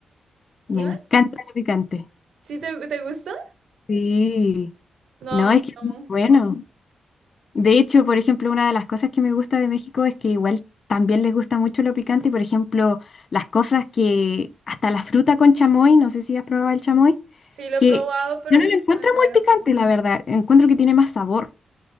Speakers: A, on the right; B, on the left.
A: Dime,
B: me encanta lo picante.
A: ¿sí te, te gusta?
B: Sí,
A: No,
B: no,
A: a mí
B: es que es
A: no.
B: muy bueno. De hecho, por ejemplo, una de las cosas que me gusta de México es que igual también les gusta mucho lo picante y, por ejemplo, las cosas que, hasta la fruta con chamoy, no sé si has probado el chamoy.
A: Sí lo
B: que
A: he probado, pero
B: yo no
A: casi
B: lo encuentro
A: me muero.
B: muy picante, la verdad. Encuentro que tiene más sabor.